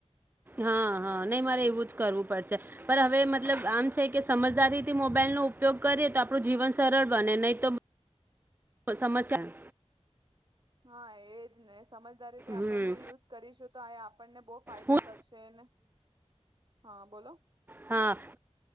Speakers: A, on the right; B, on the right.
A: હા હા નહીં મારે એવું જ કરવું પડશે. પર હવે મતલબ આમ છે કે સમજદારીથી મોબાઈલનો ઉપયોગ કરીએ તો આપણું જીવન સરળ બને નહી તો બ સમસ્યા
B: હા એ જ ને સમજદારીથી આપણને
A: હમ
B: યુઝ કરીશું તો આ એ આ - આપણને બહુ ફાયદો
A: હું
B: કરશેને હા બોલો
A: હા